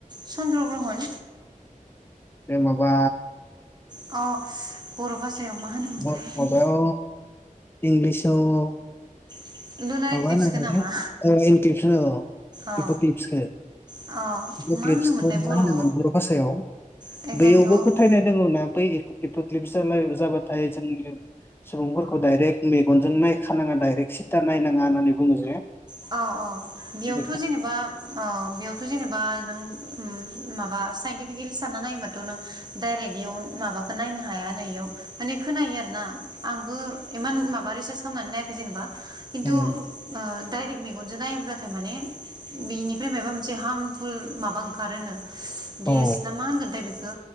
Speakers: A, on the right; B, on the left.
A: चनन्द्र' ग्रह'न
B: ए माबा
A: अ' बर' बास दायाव मा होनोमोन्थाय?
B: माबायाव इंलिसाव
A: <inaudible>
B: माबा
A: इक्लिप्सखौ
B: होनोमोनलाय
A: नामा
B: औ इनकलिपस औ
A: औ
B: इप'कलिपसखो
A: औ
B: इपकलिपसखौ
A: मा होनोमोनथाय बर'आव
B: मा होनोमोन बर' भाषायाव
A: बेखायनोथ'
B: बैयावबो फोथायनाय दङ ना बै एफोर ख्लिप्सालाय जाबाथाय जोंनि सुबुंफोरखौ डाइयरेक्ट मेगनजों नायखानाङा डाइरेक्ट सिदा नायनाङा होननानै बुङो जे
A: अ अ बेयावथ'
B: बेखायनो
A: जेनेबा अ बेयावथ' जेने बा नों ओम माबा साइनटिफिकेलि सानना नायोबाथ' नों डाइरेक्ट इयुन माबाखौ नायनो हाया नो इयाव माने खोनायो आरो ना आंबो इमान माबा रिसार्च खालामनानै नायाखै जेनेबा खिन्थु
B: उम
A: ओ डाइरेक्ट मेगनजों नायोब्लाथाय माने बेनिफ्राय माबा मोनसे हार्मफुल माबा ओंखारोनो। गेस
B: औ
A: ना मा होनगोनथाय बेखौ